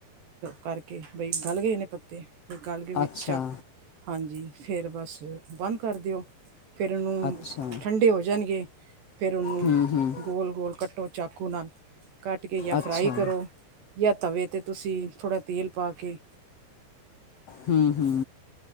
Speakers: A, on the right; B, on the left.
A: ਕਰਕੇ ਬਈ ਗਲ ਗਏ ਨੇ ਪੱਤੇ ਤੇ ਗੱਲ ਕੇ ਵਿੱਚ
B: ਅੱਛਾ
A: ਚੱਕ ਹਾਂਜੀ ਫੇਿਰ ਬਸ ਬੰਦ ਕਰ ਦਿਓ ਫਿਰ ਉਹਨੂੰ
B: ਅੱਛਾ
A: ਠੰਡੇ ਹੋ ਜਾਣਗੇ ਫਿਰ ਉਹਨੂੰ
B: ਹੂੰ ਹੂੰ
A: ਗੋਲ ਗੋਲ ਕੱਟੋ ਚਾਕੂ ਨਾਲ ਕੱਟ ਕੇ ਜਾਂ ਫਰਾਈ
B: ਅੱਛਾ
A: ਕਰੋ ਜਾਂ ਤਵੇ ਤੇ ਤੁਸੀਂ ਥੋੜ੍ਹਾ ਤੇਲ ਪਾ ਕੇ
B: ਹਮ-ਹਮ